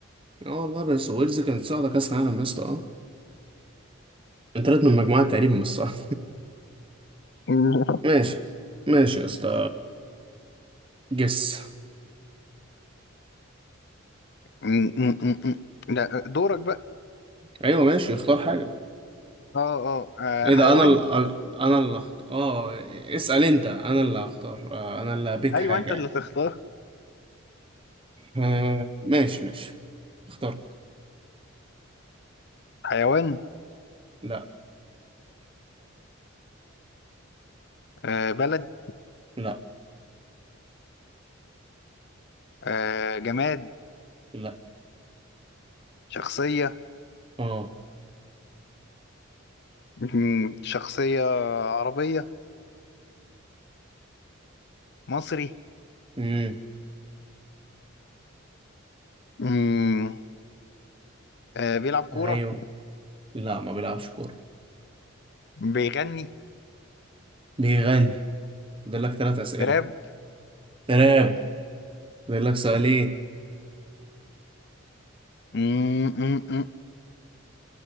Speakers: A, on the right (about 25°); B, on the left (about 55°).
A: اه والله بس ويلز كانت صاعدة كاس عالم يا اسطى اه انترت من المجموعة تقريبا مش صح
B: <laughs> م-
A: <laughs> ماشي ماشي يا اسطى جس
B: م- م- م. لا دورك بقى
A: ايوه ماشي اختار حاجة
B: اه اه آه،
A: ايه
B: حيوان
A: ده انا اللي انا اللي اختار اه اسأل انت انا اللي هختار آه، انا اللي هبيك
B: ايوه
A: حاجة
B: انت
A: يعني
B: اللي تختار
A: آه، ماشي ماشي اخترت
B: حيوان
A: لا
B: آه بلد
A: لا
B: آه جماد
A: لا
B: شخصية
A: اه
B: م- شخصية عربية مصري
A: امم
B: م- آه بيلعب كورة
A: ايوه لا ما بيلعبش كورة
B: بيغني
A: بيغني فاضل لك ثلاث أسئلة
B: راب
A: تراب فاضل لك سؤالين
B: م- م- م.